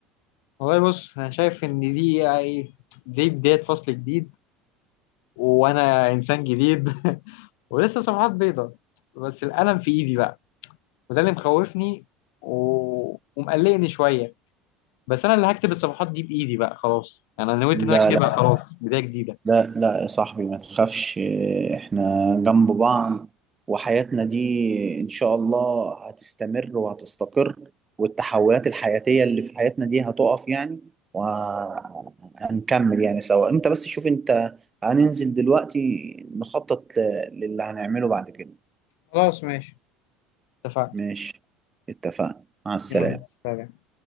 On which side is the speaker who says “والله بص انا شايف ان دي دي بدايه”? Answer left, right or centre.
Left